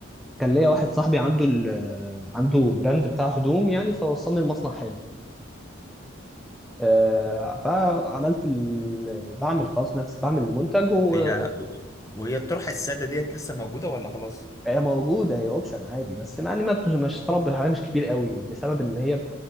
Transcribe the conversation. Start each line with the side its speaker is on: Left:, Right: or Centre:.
Centre: كان ليا واحد صاحبي عنده ال... عنده براند بتاع هدوم يعني فوصلني المصنع حلو آه، فعملت ال... بعمل خلاص نفس بعمل المنتج وهي
Left: هي و- وهي الطرحه الساده ديت لسه موجوده ولا خلاص
Centre: موجوده هي اوبشن عادي بس يعني ما بتش- مش طلب عليها مش كبير قوي لسبب ان هي